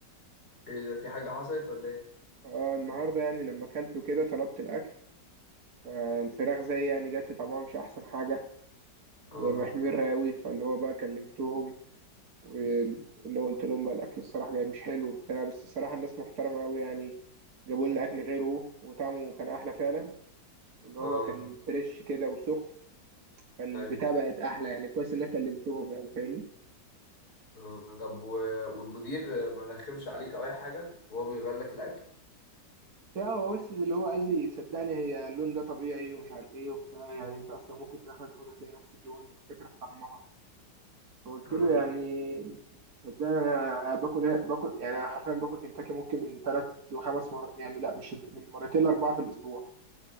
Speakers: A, on the left; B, on the right.
A: إيه، ده، في حاجة حصلت ولا ايه
B: اه النهاردة يعني لما اكلته كده طلبت الأكل فالفراخ زي يعني جات لي طعمها مش أحسن حاجة ومحمر
A: اه
B: راوي فاللي هو بقى كلمتهم واللي هو قلت لهم بقى الأكل الصراحة جاي مش حلو وبتاع بس الصراحة الناس محترمة أوي يعني جابوا لنا أكل غيره وطعمه كان أحلى فعلا واللي
A: اه
B: هو كان فريش كده وسخن فالبتاع
A: ايوه
B: بقت احلى يعني كويس ان انا كلمتهم يعني فاهمني
A: آه. طب و... والمدير ما رخمش عليك او اي حاجة وهو بيغير لك الاكل
B: يا هو بس اللي هو قال لي صدقني هي اللون ده طبيعي ومش عارف ايه وبتاع يعني انت اصلا ممكن في الاخر تاخدها تلاقي نفس اللون فكره في طعمها فقلت
A: اه
B: له يعني صدقني انا باكل إيه؟ باكل يعني انا حرفيا باكل كنتاكي ممكن من ثلاث لخمس مرات يعني لا مش من مرتين لاربعه في الاسبوع